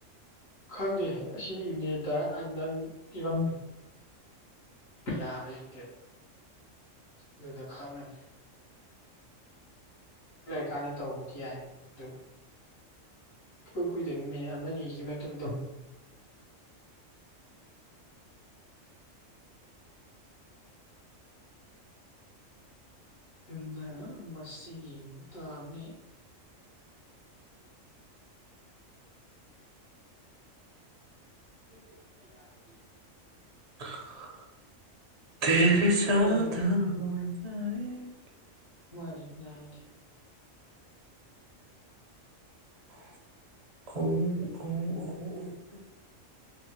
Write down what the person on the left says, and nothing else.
ꯈꯪꯗꯦ ꯑꯁꯤ ꯃꯤꯅꯤꯠ ꯇꯔꯥꯗꯪ ꯄꯤꯕꯝ ꯌꯥꯕ ꯌꯦꯡꯀꯦ
ꯑꯗꯨꯗ ꯈꯥꯡꯉꯅꯤ ꯂꯣꯏꯔꯀꯥꯟꯗ ꯇꯧꯕꯗꯤ ꯌꯥꯏ ꯑꯗꯨ ꯏꯀꯨꯏ ꯀꯨꯏꯗꯕꯤ ꯃꯤꯅꯤꯠ ꯑꯃ ꯑꯅꯤꯒꯤ ꯃꯇꯨꯡ ꯇꯧ <unintelligible> ꯃꯁꯤꯒꯤ ꯃꯇꯥꯕꯅꯦ <unintelligible>
ꯍꯣꯏ
ꯅꯥꯏꯗꯦ